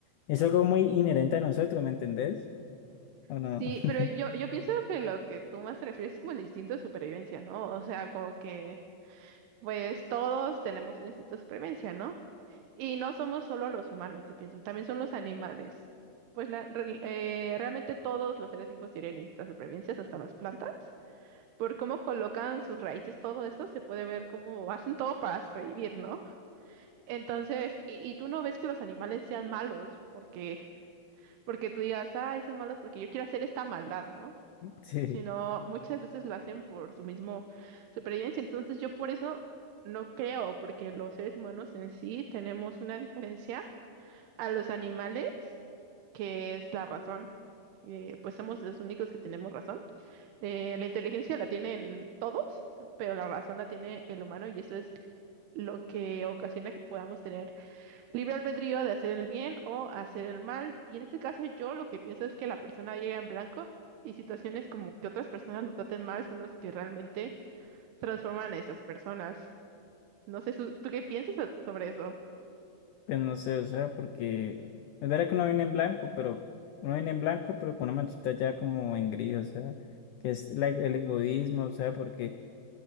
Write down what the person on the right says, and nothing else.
Sí,
pero yo, yo pienso que lo que tú más te refieres es como el instinto de supervivencia, ¿no? O sea, como que Pues todos tenemos un instinto de supervivencia, ¿no? Y no somos solo los humanos, yo pienso, también son los animales. Pues la- re- eh, realmente todos los seres vivos tienen instintos de supervivencia, hasta las plantas. Por cómo colocan sus raíces, todo eso, se puede ver cómo hacen todo para sobrevivir, ¿no? Entonces, y, y tú no ves que los animales sean malos, porque, porque tú digas, ay, son malos porque yo quiero hacer esta maldad, ¿no?
sino muchas veces lo hacen por su mismo supervivencia. Entonces yo por eso no creo, porque los seres humanos en sí tenemos una diferencia a los animales, que es la razón. que, pues somos los únicos que tenemos razón. Eh, la inteligencia la tienen todos, pero la razón la tiene el humano y eso es lo que ocasiona que podamos tener libre albedrío de hacer el bien o hacer el mal. Y en este caso yo lo que pienso es que la persona llega en blanco y situaciones como que otras personas lo traten mal son los que realmente transforman a esas personas. No sé, su- ¿tú qué piensas a- sobre eso?